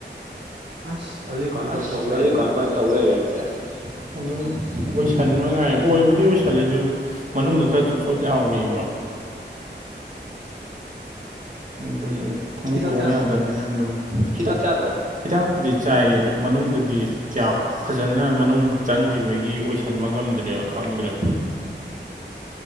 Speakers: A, on the right; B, on the right.
A: ꯑꯁ ꯑꯗꯨꯗꯤ ꯀꯃꯥꯏ ꯀꯃꯥꯏꯅ
B: ꯑꯁ
A: ꯇꯧ ꯂꯩꯔꯦ
B: ꯑꯗꯨꯗꯤ ꯀꯃꯥꯏ ꯀꯃꯥꯏꯅ ꯇꯧꯔ ꯂꯩꯔꯦ ꯑꯗꯨꯗꯤ ꯑꯗꯨꯝ ꯑꯣꯏꯁꯟꯕ ꯉꯥꯏ ꯑꯣꯏꯕꯨꯗꯤ ꯑꯣꯏꯁꯜꯂꯦ ꯑꯗꯨ ꯃꯅꯨꯡꯗ ꯈꯔ ꯆꯣꯠ ꯆꯣꯠ ꯂꯥꯎꯔꯤꯕ ꯑꯗꯨꯒꯤ ꯈꯣꯡꯎꯨꯛ
A: ꯍꯤꯗꯥꯛ
B: ꯇꯣꯡ
A: ꯆꯥꯗ꯭ꯔꯣ
B: ꯌꯥꯗꯕꯅꯤꯅ ꯑꯗꯨꯝ ꯍꯤꯗꯥꯛ ꯆꯥꯗ꯭ꯔꯣ ꯍꯤꯗꯥꯛꯄꯨꯗꯤ ꯆꯥꯏ ꯑꯗꯨ ꯃꯅꯨꯡꯗꯗꯤ ꯀꯌꯥ ꯐꯖꯅ ꯃꯅꯨꯡ ꯆꯪꯈꯤꯕꯒꯤ ꯑꯣꯏꯁꯟꯕ ꯉꯝꯗ꯭ꯔꯦ ꯈꯪꯗ꯭ꯔꯦ